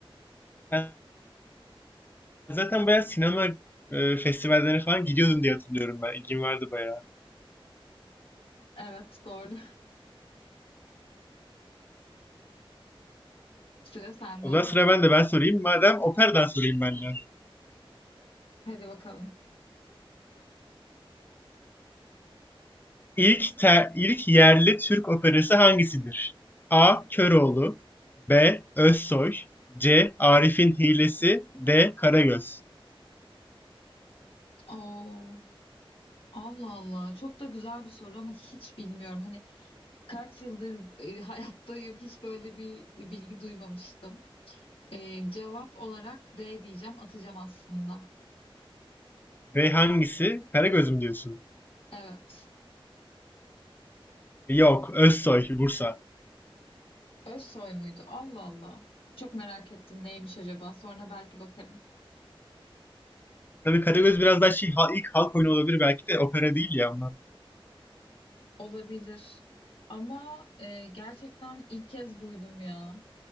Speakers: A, on the left; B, on the left.
A: Ben zaten bayağı sinema e, festivallerine falan gidiyordum diye hatırlıyorum ben. İlgim vardı bayağı.
B: Evet doğru. <laughs> Sıra sende
A: O
B: o
A: zaman
B: zaman.
A: sıra bende ben sorayım. Madem operadan sorayım ben de.
B: Hadi bakalım.
A: İlk te, ilk yerli Türk operası hangisidir? A. Köroğlu B. Özsoy C. Arif'in Hilesi D. Karagöz
B: Oo, Allah Allah. Çok da güzel bir soru ama hiç bilmiyorum. Hani Kaç yıldır e, <laughs> hayattayım hiç böyle bir bilgi duymamıştım. E, cevap olarak D diyeceğim atacağım aslında.
A: Ve hangisi? Karagöz mü diyorsun?
B: Evet.
A: Yok, Özsoy, Bursa.
B: Özsoy muydu? Allah Allah. Çok merak ettim neymiş acaba. Sonra belki bakarım.
A: Tabii Karagöz biraz daha şey, ha- ilk halk oyunu olabilir belki de opera değil ya onlar.
B: Olabilir. Ama e, gerçekten ilk kez duydum ya.